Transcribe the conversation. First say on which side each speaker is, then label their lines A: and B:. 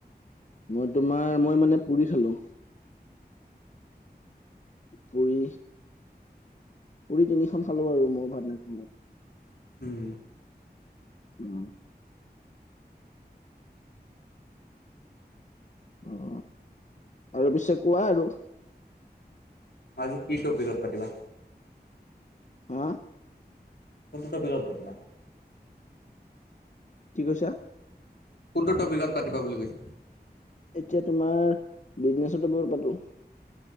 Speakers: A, on the left (about 45°); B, on the left (about 75°).
A: মই তোমাৰ মই মানে পুৰি খালো। পুৰি, পুৰি তিনিখন খালো আৰু মই ভাত, ন
B: উম
A: উম, অ আৰু পিছে কোৱা? আৰু
B: আজি কি টপিকত পাতিবা।
A: হা
B: কোনটো টপিকট পাতিবা৷
A: কি কৈছা?
B: কোনটো টপিকত পাতিবা বুলি কইছে?
A: এতিয়া তোমাৰ বিজনেছতো বহত পাতো